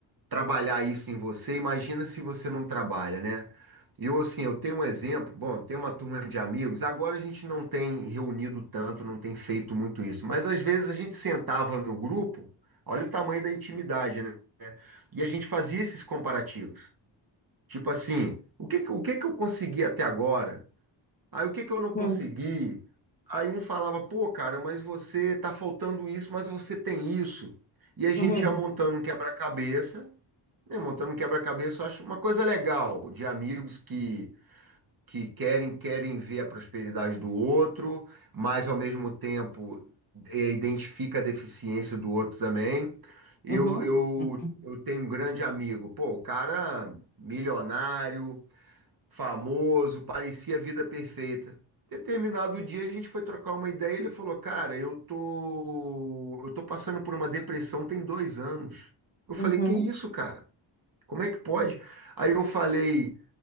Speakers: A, on the right; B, on the left.
A: trabalhar isso em você, imagina se você não trabalha, né? Eu, assim, eu tenho um exemplo, bom, eu tenho uma turma de amigos, agora a gente não tem reunido tanto, não tem feito muito isso, mas às vezes a gente sentava no grupo, olha o tamanho da intimidade, né? E a gente fazia esses comparativos. Tipo assim, o que, que- o que que eu consegui até agora? Aí o que que eu não consegui?
B: uhum,
A: Aí um falava, pô, cara, mas você tá faltando isso, mas você tem isso. E a gente
B: uhum,
A: ia montando um quebra-cabeça né, montando um quebra-cabeça, eu acho uma coisa legal de amigos que, que querem querem ver a prosperidade do outro, mas ao mesmo tempo eh, identifica a deficiência do outro também. Eu,
B: uhum,
A: eu,
B: uhum,
A: eu tenho um grande amigo, pô, o cara milionário, famoso, parecia a vida perfeita. Determinado dia a gente foi trocar uma ideia, e ele falou, cara, eu tô, eu tô passando por uma depressão tem dois anos. Eu falei,
B: uhum.
A: que isso, cara? Como é que pode? Aí eu falei,